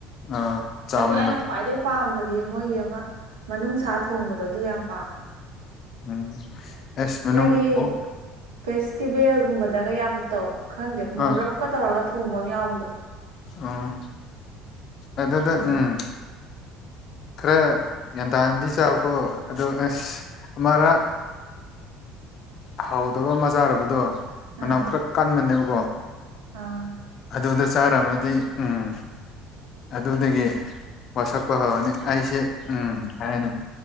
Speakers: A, on the left; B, on the right.
A: ꯑꯥ ꯆꯥꯝꯅ
B: ꯑꯗꯨ ꯑꯩꯅ ꯈ꯭ꯋꯥꯏꯗꯩ ꯄꯥꯝꯕꯗꯤ ꯃꯣꯏꯒꯤ ꯑꯃ ꯃꯅꯨꯡꯁꯥ ꯊꯣꯡꯕꯗꯣ ꯑꯗꯨ ꯌꯥꯝ ꯄꯥꯝꯃꯦ
A: ꯎꯝ ꯑꯦꯁ ꯃꯅꯨꯡ
B: ꯅꯣꯏꯒꯤ
A: ꯑꯣꯛ
B: ꯐꯦꯁꯇꯤꯚꯦꯜꯒꯨꯝꯕꯗꯒ ꯌꯥꯝ ꯇꯧ ꯈꯪꯗꯦ ꯃꯨꯔꯞꯀ
A: ꯑꯥ
B: ꯇꯧꯔꯒ ꯊꯣꯡꯕ ꯑꯃ ꯌꯥꯎꯕꯗꯣ
A: ꯑꯣ ꯑꯗꯨꯗ
B: ꯑꯗꯨ
A: ꯎꯝ ꯈꯔ ꯒ꯭ꯌꯥꯟ ꯇꯥꯅꯗꯤ ꯆꯥꯎꯀꯣ ꯑꯗꯣ ꯑꯁ ꯑꯃꯔꯛ ꯍꯥꯎꯗꯕ ꯑꯃ ꯆꯥꯔꯕꯗꯣ ꯃꯅꯝ
B: ꯑꯥ
A: ꯈꯔ ꯀꯟꯕꯅꯦꯕꯀꯣ
B: ꯑꯥ
A: ꯑꯗꯨꯗ ꯆꯥꯔꯝꯃꯗꯤ ꯎꯝ ꯑꯗꯨꯗꯒꯤ ꯋꯥꯁꯛꯄ ꯍꯧꯔꯅꯤ ꯑꯩꯁꯦ ꯎꯝ ꯍꯥꯏꯅ